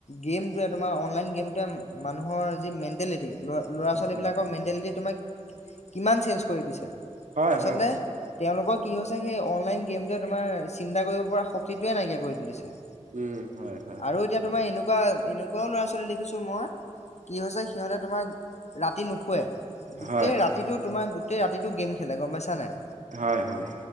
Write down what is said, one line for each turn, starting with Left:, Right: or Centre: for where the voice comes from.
Left: গেমটোৱে তোমাৰ অনলাইন গেমটোৱে মানুহৰ যি মেণ্টেলিটি ল ল'ৰা
Right: অ',
Left: ছোৱালী বিলাকৰ মেণ্টেলিটি তোমাক কিমান চেঞ্জ কৰি দিছে
Right: হয়
Left: আচলতে
Right: হয়
Left: তেওঁলোকক কি হৈছে সেই অনলাইন গেমটোৱে তোমাৰ চিন্তা কৰিব পৰা শক্তিটোৱে নাইকিয়া কৰি তুলিছে
Right: উম হয় হয়
Left: আৰু এতিয়া তোমাৰ এনেকুৱা এনেকুৱাও ল'ৰা ছোৱালী দেখিছো মই কি হৈছে সিহঁতে তোমাক ৰাতি নুশুৱে গোটেই
Right: হয়
Left: ৰাতিটো তোমাৰ গোটেই ৰাতিটো গেম খেলে গম পাইছা নাই
Right: হয় হয়